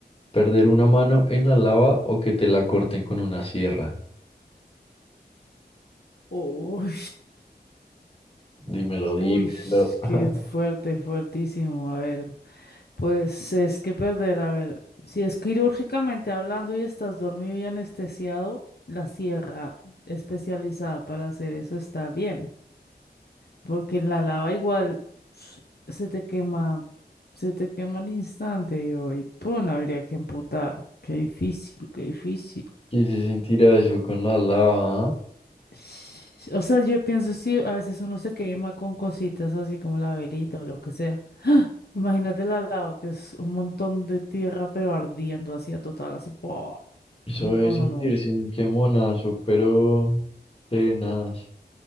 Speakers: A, on the left (about 35°); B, on the left (about 65°).
A: ¿Perder una mano en la lava o que te la corten con una sierra?
B: Uy,
A: Dímelo,
B: uy,
A: dímelo. <laughs>
B: qué fuerte, fuertísimo. A ver, pues es que perder, a ver, si es quirúrgicamente hablando y estás dormido y anestesiado, la sierra especializada para hacer eso está bien. Porque en la lava igual s- se te quema, se te quema al instante, digo, y pum, habría que amputar. Qué difícil, qué difícil.
A: ¿Qué se sentirá eso con la lava? ah?
B: <sighs> O sea, yo pienso, sí, a veces uno se quema con cositas así como la velita o lo que sea. <gasps> Imagínate la lava, que es un montón de tierra, pero ardiendo así a total, así. ¡pua!
A: Eso
B: No,
A: es sentirse
B: no, no.
A: un quemonazo, pero tenaz.